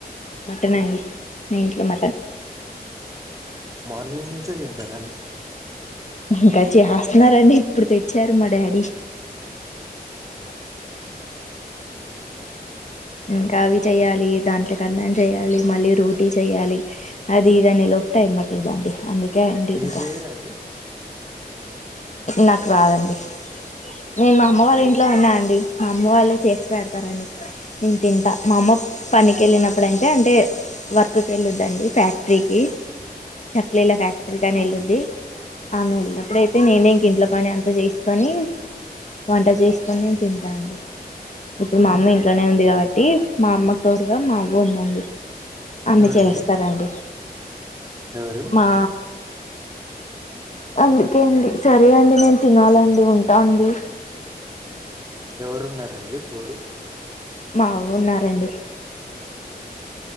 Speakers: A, on the left (about 45°); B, on the right (about 20°).
A: టన్ అండి నీ ఇంట్లో మటన్
B: మార్నింగ్ నుంచి తింటారండి
A: ఇంకా చేస్తన్నారండి ఇప్పుడు తెచ్చారు మా డాడీ ఇంకా అవి చెయ్యాలి దాంట్లోకి అన్నం చెయ్యాలి మళ్ళీ రోటీ చెయాలి అది ఇది అనేలోపు టైం పట్టుద్దండి అందు కకే అండి
B: మీరు
A: ఇంకా
B: చేయరా అండి
A: నాకు రాదండి నేను మా అమ్మ వాళ్ళ ఇంట్లో ఉన్నా అండి మా అమ్మ వాళ్ళే చేసి పెడతారండి నేను తింటా మా అమ్మ పనికి వెళ్ళినప్పుడంటే అంటే వర్క్కి వెళ్ళొద్దండి ఫ్యాక్టరీకి చక్లీల ఫ్యాక్టరీకి అని వెళ్ళొద్ది ఆమె వెళ్ళినప్పు ఇప్పుడైతే నేనే ఇంక ఇంట్లో పని అంతా చేసుకొని వంట చేసుకొని నేన్ తింటాండి ఇప్పుడు మా అమ్మ ఇంట్లోనే ఉంది కాబట్టి మా అమ్మకు తోడుగా మా అవ్వ ఉందండి అన్ని
B: ఎవరండి
A: చేస్తారండి
B: ఎవరు
A: మా అందుకే అండి సరే అండి నేను తినాలండి ఉంటా అండి
B: ఎవరు ఉన్నారండి తోడు
A: మ అవ్వ ఉన్నారండి